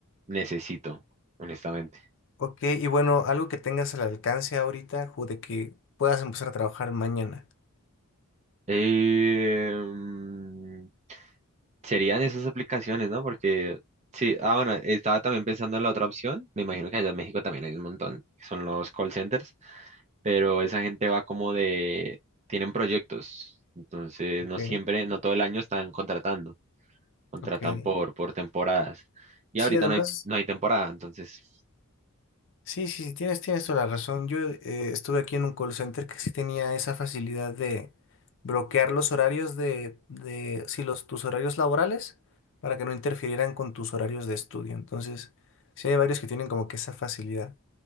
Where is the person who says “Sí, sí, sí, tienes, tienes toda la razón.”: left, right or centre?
Left